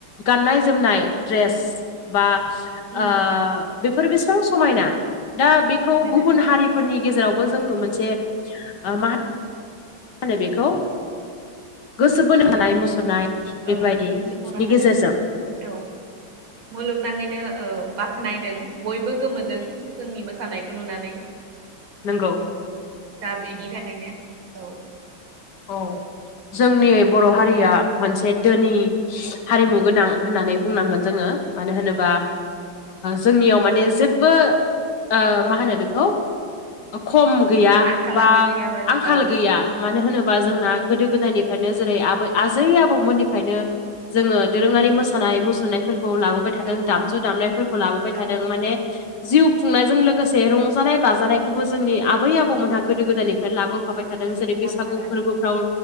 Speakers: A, on the left; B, on the right.
A: गाननाय जोमनाय ड्रेस बा
B: उम
A: ओ बेफोर बेसेबां समायना दा बेखौ
B: समायनाथ'
A: गुबुन हारि फोरनि गेजेरावबो जों मोनसे ओ मा होनो बेखौ गोसो बोनो हानाय मुसुरनाय बेबायदि
B: औ दिन्थिफुंनो
A: नि
B: हादों
A: गेजेरजों
B: औ। मुलुगनाङैनो बाख्नायदों बयबो गोमोदों जोंनि मोसानायखौ नुनानै।
A: नोंगौ।
B: दा बेनि थाखायनो औ
A: औ जोंनि बर'
B: जोंनि
A: हारिया मोनसे धोनि हारिमु गोनां होननानै बुंनांगोन जोङो मानो होनोबा जोंनियाव माने जेब्बो ओ मा होनो बेखौ खम गैया
B: आंखालानो
A: बा
B: गैयाबाय
A: आंखाल
B: औ
A: गैया
B: औ
A: मानो होनो बा जोंना गोदो गोदायनिफ्रायनो जेरै आबै आजै आबौमोननिफ्रायनो जोङो दोरोङारि मोसानाय मुसुरनायफोरखौ लाबो बाय थादों
B: दङ
A: दामजु दामनायफोरखौ
B: उम
A: लाबोबाय थादों
B: औ
A: माने जिउ खुंनायजों लोगोसे रंजानाय बाजानायखौबो जोंनि आबै आबौमोनहा गोदो गोदायनिफ्राय लाबो फाबाय
B: गोदोर
A: थादों
B: गोदोरनिफ्राय
A: जेरै बैसागु
B: लाबोखादों
A: फोरबोफ्राव